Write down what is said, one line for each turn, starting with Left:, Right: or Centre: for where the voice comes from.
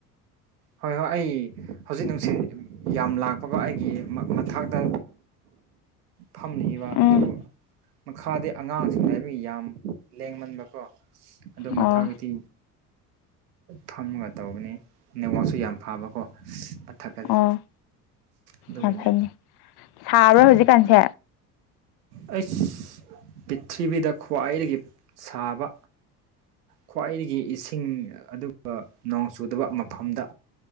Right: ꯍꯣꯏ ꯍꯣꯏ ꯑꯩ ꯍꯧꯖꯤꯛ ꯅꯨꯡꯁꯤꯠ ꯌꯥꯝ ꯂꯥꯛꯄꯒ ꯑꯩꯒꯤ ꯃꯊꯥꯛꯛꯇ ꯐꯝꯅꯤꯕ
Left: ꯎꯝ
Right: ꯑꯗꯨ ꯃꯈꯥꯗꯤ ꯑꯉꯥꯡꯁꯤꯡ ꯌꯥꯝ ꯂꯦꯡꯃꯟꯕꯀꯣ ꯑꯗꯨ
Left: ꯑꯣ
Right: ꯃꯊꯛꯇꯤ ꯐꯝꯒ ꯇꯧꯕꯅꯤ ꯅꯦꯠꯋꯥꯛꯁꯨ ꯌꯥꯝ ꯐꯕꯀꯣ ꯊꯛꯀꯗꯤ
Left: ꯑꯣ
Right: ꯑꯗꯨꯒꯤꯅꯦ
Left: ꯌꯥꯝ ꯐꯩꯅꯦ ꯁꯥꯕ꯭ꯔꯥ
Right: ꯍꯣꯏ
Left: ꯍꯧꯖꯤꯛꯀꯥꯟꯁꯦ
Right: ꯑꯩꯁ ꯄꯔꯤꯊꯤꯕꯤꯗ ꯈ꯭ꯋꯥꯏꯗꯒꯤ ꯁꯥꯕ ꯈ꯭ꯋꯥꯏꯗꯒꯤ ꯏꯁꯤꯡ ꯑꯗꯨꯒ ꯅꯣꯡ ꯆꯨꯗꯕ ꯃꯐꯝꯗ